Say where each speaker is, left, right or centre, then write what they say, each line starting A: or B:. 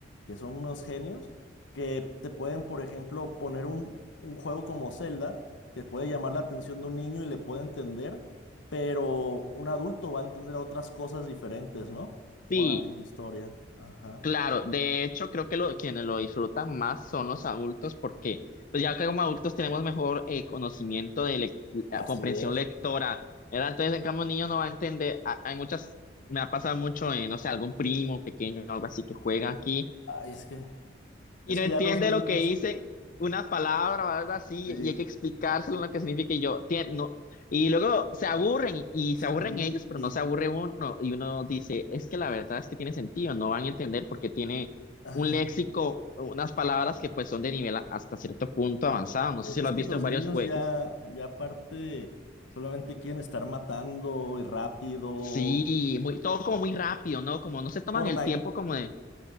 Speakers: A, on the left; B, on the left.
A: que son unos genios que te pueden, por ejemplo, poner un, un juego como Zelda que puede llamar la atención de un niño y le puede entender, pero un adulto va a entender otras cosas diferentes, ¿no?
B: Sí,
A: Con la misma historia. Ajá.
B: Claro, de hecho creo que lo, quienes lo disfrutan más son los adultos porque pues ya que como adultos tenemos mejor eh, conocimiento de lec- la
A: Así
B: comprensión
A: es.
B: lectora, ¿verdad? Entonces en cambio un niño no va a entender, ha- hay muchas, me ha pasado mucho en, no sé, algún primo pequeño o algo así que juega aquí
A: Ay, es que,
B: y
A: es
B: no
A: que
B: entiende
A: ya los niños,
B: lo que dice una palabra o algo así
A: sí,
B: y hay que explicárselo lo que significa y yo, tien- no. Y luego se aburren y y
A: sí,
B: se aburren ellos, pero
A: y-
B: no se aburre uno y uno dice, es que la verdad es que tiene sentido, no van a entender porque tiene
A: ajá.
B: un léxico, unas palabras que pues son de nivel a- hasta cierto punto avanzado. No
A: e,
B: sé si
A: Es
B: lo has
A: que
B: visto
A: los
B: en varios
A: niños
B: juegos.
A: ya, ya aparte, solamente quieren estar matando y rápido.
B: Sí, muy, todo como muy rápido, ¿no? Como no se toman
A: Fortnite,
B: el tiempo como de,